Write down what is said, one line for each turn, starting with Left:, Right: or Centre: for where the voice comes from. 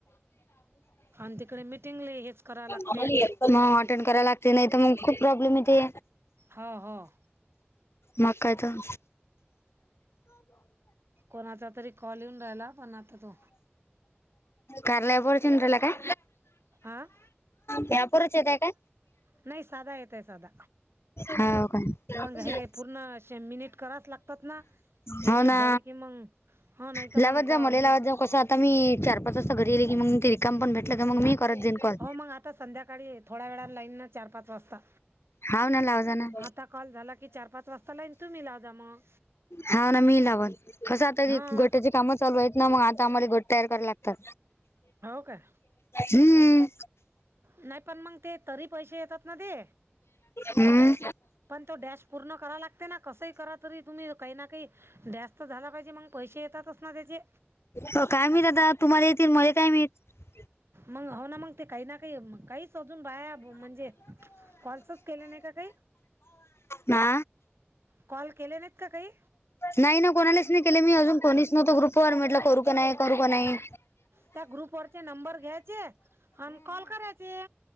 Right: आणि तिकडे मिटिंगले हेच करावं लागते
Left: आम्हालाेत मग अटेंड करायला लागते नाही तर मग खूप प्रॉब्लेम येते
Right: हो हो
Left: मका द
Right: कोणाचा तरी कॉल येऊन राहिला पण तो
Left: कारला पड चिन्र ला काा
Right: हह
Left: त्यापूरच येत आहे का
Right: नाही साधा येत आहे साधा
Left: हाव काय
Right: मग हे पूर्ण शे मिनिट करावच लागतात ना हे
Left: हो
Right: नाहीच
Left: ना
Right: झाले की मग हो नाही तर
Left: लावत
Right: मग क
Left: जा मले
Right: मी
Left: लावत कसं आता मी चार पाच असता घरी गेले की मग रिकाम पण भेटलं का मग मी करत जाईन कॉल
Right: हो मग आता संध्याकाळी थोड्या वेळानं लाईन ना चार पाच वाजता
Left: होव न लावज ना
Right: आता कॉल झाला की चार पाच वाजता लाईन तुम्ही लावजा मग
Left: हा ना मी लावल कसं आता क
Right: हां
Left: गोट्याचे कामच चालू येत ना मग आता आम्हाला गोट तयार कराला लागतात
Right: हो काय
Left: हम्म
Right: नाही पण मग ते तरी पैसे येतात ना ते
Left: हम्म
Right: पण तो डॅश पूर्ण करा लागते ना कसही करा तरी तुम्ही काही ना काही जास्त झाला पाहिजे मग पैसे येतातच ना त्याचे
Left: हो काय मिळत आता तुम्हाला येतील म काय मिळत
Right: मग हो ना मग ते काही ना काही काहीच अजून बाया म्हणजे कॉल्सच केले नाही का का
Left: हा
Right: कॉल केले नाहीत काही
Left: नाही ना कोणालाच नाही केले मी अजून कोणीच नव्हतो ग्रुपवर म्हटलं करू का नाही करू का नाही
Right: त्या ग्रुप ववररचे नंबर घ्यायचे आणि कॉल करायचे